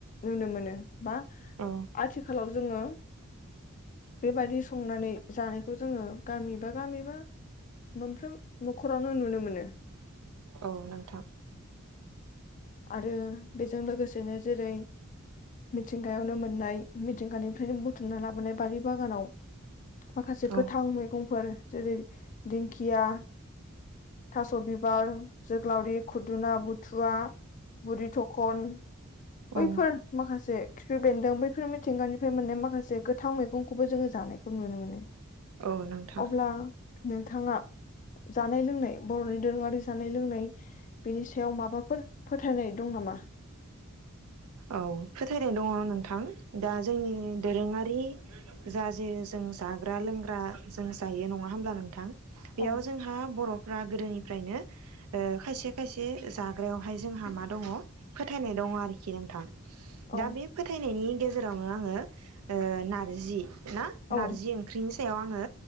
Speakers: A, on the left; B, on the right.
A: नुनो मोनो। बा
B: औ
A: आथिखालाव जोङो बेबायदि संनानै जानायखौ जोङो गामिबा गामिबा मोनफ्रोम न'खरावनो नुनो मोनो।
B: औ नोंथां
A: आरो बेजों लोगोसेनो जेरै मिथिंगायावनो मोननाय मिथिंगानिफ्रायनो बुथुमना लाबोनाय बारि बागानाव माखासे
B: औ
A: गोथां मैगंफोर। जेरै दिंखिया थास' बिबार जोग्लावरि खुदुना बुथुवा बुरि थखन
B: औ
A: बैफोर माखासे खिफि बेन्दों बैफोर मिथिंगानिफ्राय मोननाय माखासे गोथां मैगंखौबो जोङो जानायखौ नुनो मोनो।
B: औ नोंथां
A: अब्ला नोंथाङा जानाय लोंनाय बर'नि दोरोङारि जानाय लोंनाय। बेनि सायाव माबाफोर फोथायनाय दं नामा?
B: औ फोथायनाय दङ नोंथां दा जोंनि दोरोङारि जा जेरै जों जाग्रा लोंग्रा जों जायो नङा होमब्ला नोंथां बेयाव
A: औ
B: जोंहा बर' गोदोनिफ्रायनो ओ खायसे खायसे जाग्रायावहाय जोंहा मा दङ फोथायनाय दङ आरोखि नोंथां
A: औ
B: दा बे फोथायनायनि गेजेरावनो आङो ओ नारजि ना
A: औ
B: नारजि ओंख्रि सायाव आङो